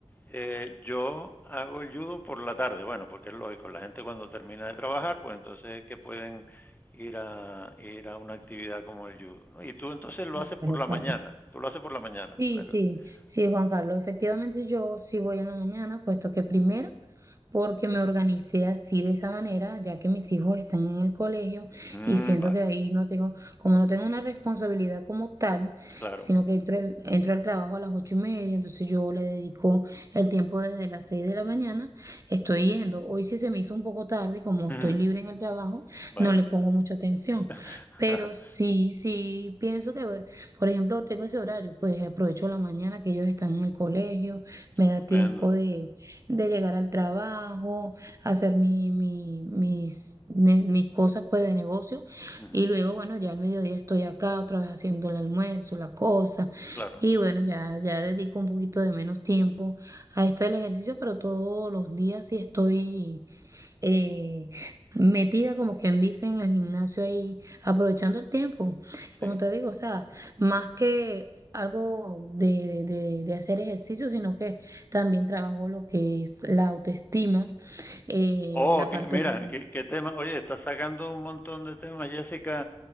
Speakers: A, on the left (about 15°); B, on the right (about 30°).
A: eh, yo hago el judo por la tarde, bueno, porque es lógico, la gente cuando termina de trabajar, pues entonces es que pueden ir a, ir a una actividad como el judo, ¿no? Y tú entonces lo
B: Claro,
A: haces por la
B: claro.
A: mañana, tú lo haces por la mañana.
B: Sí,
A: La-
B: sí,
A: el-
B: sí,
A: ajá.
B: Juan Carlos. Efectivamente, yo sí voy en la mañana, puesto que primero, porque me organicé así de esa manera, ya que mis hijos están en el colegio
A: Mm,
B: y siento
A: vale,
B: que ahí no tengo, como no tengo una responsabilidad como tal,
A: claro,
B: sino que entro, al- entro al trabajo a las ocho y media, entonces yo le dedico el tiempo desde las seis de la mañana, estoy yendo. Hoy sí se me hizo un poco tarde, y como
A: Ujú,
B: estoy libre en el trabajo,
A: vale.
B: no le pongo mucha atención,
A: <laughs>
B: pero sí, sí pienso que, por ejemplo, tengo ese horario, pues aprovecho la mañana que ellos están en el colegio, me
A: Estupendo.
B: da tiempo de de llegar al trabajo, hacer mi, mi- mis, ne- mis cosas pues de negocio
A: Ujú.
B: y luego, bueno, ya al mediodía estoy acá otra vez haciendo el almuerzo, la cosa
A: Claro,
B: y bueno, ya, ya dedico un poquito de menos tiempo a esto del ejercicio, pero todos los días sí estoy eh, metida, como quien dice, en el gimnasio ahí, aprovechando el tiempo.
A: sí.
B: Como te digo, o sea, más que algo de, de- de hacer ejercicio, sino que también trabajo lo que es la autoestima, eh,
A: Oh,
B: la
A: que,
B: parte
A: mira,
B: de,
A: qué, qué tema. Oye, estás sacando un montón de temas, Jessica,